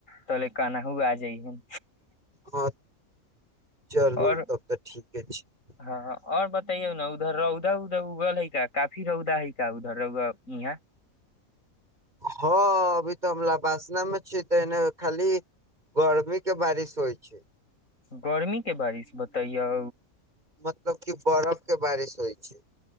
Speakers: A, on the left; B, on the right.
A: तले कनहु आ जाइ ह।
B: हँ चलू
A: और
B: तब तऽ ठीके छैय।
A: हँ और बतैयौ ने उधर रौदा औदा उगल हय का काफी रौदा हय का उधर र‌उआ यहाँ
B: हँ अभी तऽ हम लवासना मे छियै तऽ एने खाली गर्मी के बारिश होइ छै छै
A: गर्मी के बारिश बतायौ
B: मतलब की बरफ के बारिश होइयछै